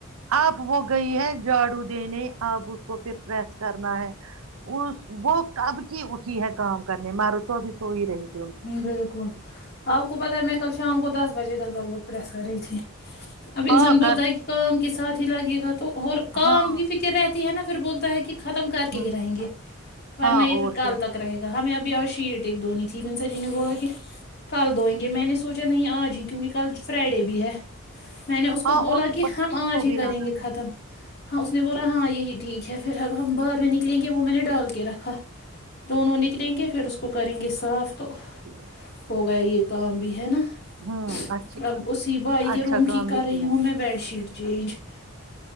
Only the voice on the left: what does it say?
ہ بالکل آپ کو پتہ ہے میں کل شام کو دس بجے ت لگ بگ س کر رہی تھی اب انسان
بولتا
ہے کہ کام کے ساتھ ا لگے گا تو اور کام
کی فکر رہتی ہے نا پھر بول تاک <unintelligible> ختم کر
کے ہی رہیں گے ورنہ
یہ پھر
کل
تک رہے گا ہمیں ابھی اور شیٹ ایک دوننی ت <unintelligible> ن سا جی نے بولا کہ کل دئیں گے میں نے سوچا نہیں آج ہی کیونکہ کل فرائیڈے بھی ہے میں نے اس کو
بولا
کہ
ہم
آج
ہی
کریں
گے
ختم ہاں اس نے بولا ہاں یہی ٹھیک چھ پھر اب ہم باہر میں نکلیں گے وہ میں نے ڈال کے رکھا دونوں نکلیں گے پھر اس کو <unintelligible> کریں گے صاف تو
ہو گیا یہ <unintelligible> کام بھی ہے نا
<inaudible>
اب
اسی بائی کے
روم
کی کر
رہی
ہوں میں بیڈ شیٹ چینج <inaudible>